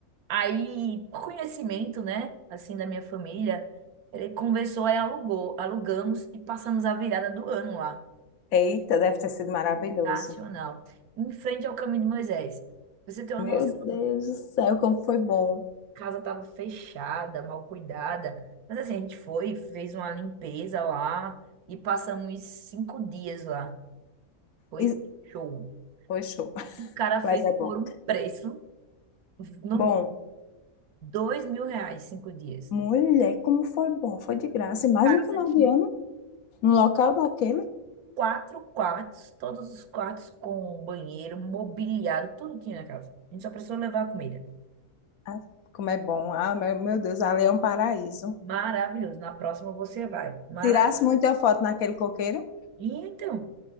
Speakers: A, on the right; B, on the left.
A: Aí, por conhecimento, né, assim, da minha família, ele conversou e alugou, alugamos e passamos a virada do ano lá.
B: Eita, deve ter sido maravilhoso.
A: Sensacional. Em frente ao Caminho de Moisés. Pra Você tem uma
B: Meu
A: noção,
B: Deus do céu, como foi bom.
A: a casa estava fechada, mal cuidada, mas assim, a gente foi, fez uma limpeza lá e passamos cinco dias lá. Foi
B: E-
A: show.
B: Foi show, <laughs>
A: O cara fez
B: mas é
A: por
B: bom.
A: um preço, no,
B: Bom,
A: dois mil reais, cinco dias.
B: mulher, como foi bom. Foi de graça. Imagina
A: Casa
B: o final
A: tinha
B: de ano, no local daquele.
A: quatro quartos, todos os quartos com banheiro, mobiliado, tudo tinha na casa. A gente só precisou levar a comida.
B: Ah, como é bom. Ah, meu, meu Deus, ali é um paraíso.
A: Maravilhoso. Na próxima você vai. Mara...
B: Tirasse muita foto naquele coqueiro.
A: E então,